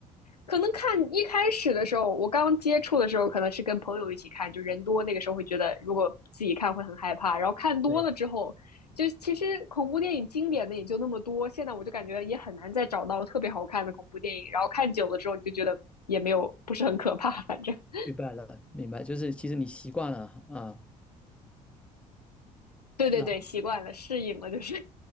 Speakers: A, on the left; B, in the centre.
A: 可能看一开始的时候，我刚接触的时候，可能是跟朋友一起看，就人多，那个时候会觉得如果自己看会很害怕。然后看多了之后，
B: 对呀，
A: 就其实恐怖电影经典的也就那么多，现在我就感觉也很难再找到特别好看的恐怖电影。然后看久了之后，你就觉得也没有不是很可怕，反正 <laughs>
B: 明白了，明白，就是其实你习惯了啊。啊
A: 对对对，
B: 那。
A: 习惯了，适应了，就是